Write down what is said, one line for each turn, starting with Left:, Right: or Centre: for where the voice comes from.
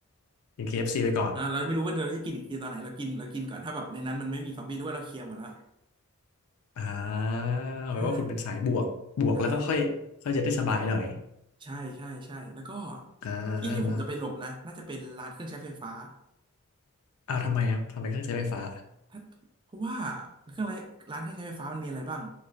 Left: กิน KFC ไปก่อน
Right: อ่าเราจะไม่รู้ว่าเราจะกินอีกทีตอนไหนเรากินเรากินก่อนถ้าแบบในนั้นมันไม่มีซอมบี้หรือว่าเราเคลียร์หมดแล้ว
Left: อ่า
Right: ใช่
Left: แปลว่าคุณเป็นสายบวก บวกแล้วก็ค่อยค่อยจะได้สบายหน่อย
Right: ใช่ใช่ใช่ใช่แล้วก็
Left: อ่าอาอ่า
Right: ที่ที่ผมจะไปหลบนะน่าจะเป็นร้านเครื่องใช้ไฟฟ้า
Left: อ้าวทำไมครับทำไมเครื่องใช้ไฟฟ้า
Right: ถ้าเพราะว่าเครื่องไรร้านเครื่องใช้ไฟฟ้ามันมีอะไรบ้าง